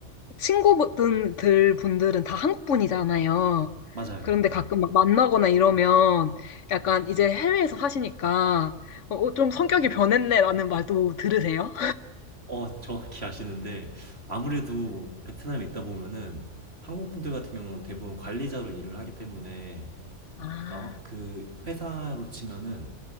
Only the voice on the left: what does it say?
친구분들 분들은 다 한국 분이잖아요.
그런데
가끔 막 만나거나 이러면 약간 이제 해외에서 사시니까 어, 어, 좀 성격이 변했네라는 말도 들으세요?
아,